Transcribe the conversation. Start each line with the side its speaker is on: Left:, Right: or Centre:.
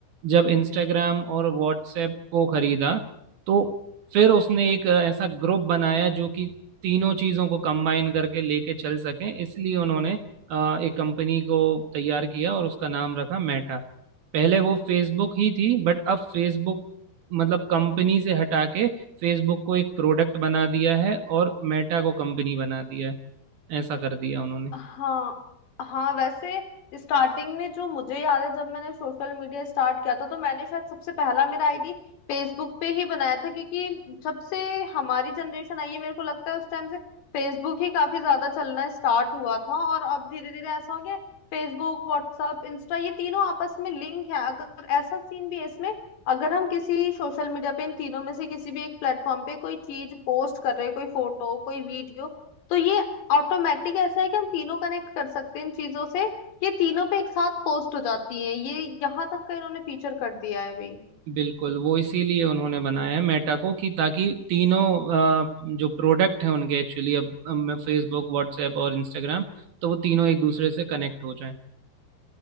Right: जब इंस्टाग्राम और व्हाट्सएप को खरीदा तो फिर उसने एक ऐसा ग्रुप बनाया जो कि तीनों चीजों को कंबाइन करके लेके चल सकें इसलिए उन्होंने अ, एक कंपनी को तैयार किया और उसका नाम रखा मेटा पहले वो फेसबुक ही थी बट अब फेसबुक मतलब कंपनी से हटा के फेसबुक को एक प्रोडक्ट बना दिया है और मेटा को कंपनी बना दिया है ऐसा कर दिया उन्होंने
Left: हाँ हाँ वैसे स्टार्टिंग में जो मुझे याद है जब मैंने सोशल मीडिया स्टार्ट किया था तो मैंने शायद सबसे पहला मेरा आईडी फेसबुक पे ही बनाया था क्योंकि जब से हमारी जनरेशन आई है मेरे को लगता है उस टाइम से फेसबुक ही काफी ज्यादा चलना स्टार्ट हुआ था और अब धीरे धीरे ऐसा हो गया फेसबुक व्हाट्सअप इंस्टा ये तीनों आपस में लिंक है अगर ऐसा सीन भी है इसमें अगर हम किसी सोशल मीडिया पे इन तीनों में से किसी भी एक प्लेटफॉर्म पे कोई चीज पोस्ट कर रहे हैं कोई फोटो कोई वीडियो तो ये ऑटोमेटिक ऐसा है कि हम तीनों कनेक्ट कर सकते हैं इन चीजों से ये तीनों पे एक साथ पोस्ट हो जाती हैं ये यहाँ तक का इन्होंने फीचर कर दिया है अभी
Right: बिल्कुल वो इसीलिए उन्होंने बनाया है मेटा को कि ताकि तीनों अ, जो प्रोडक्ट हैं उनके एक्चुअली अब फेसबुक व्हाट्सएप और इंस्टाग्राम तो वो तीनों एक दूसरे से कनेक्ट हो जाएं